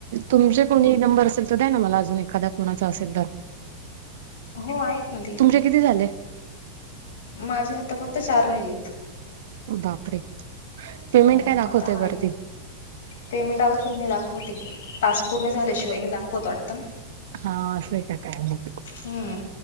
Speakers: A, on the right; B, on the left.
A: तुमचे कोणी नंबर असेल तर द्या ना मला अजून एखादा कोणाचा असेल तर
B: हो आहेत ना देईल,
A: तुमचे किती झाले
B: माझे आत्ता फक्त चार राहिलेत.
A: बापरे, पेमेंट
B: हो
A: काय दाखवतय
B: आता आहे
A: वरती?
B: पेमेंट अजून पण नाही दाखवते. टास्क पूर्ण झाल्याशिवाय नाही दाखवत वाटत.
A: हा असं आहे का काय माहिती.
B: हम्म,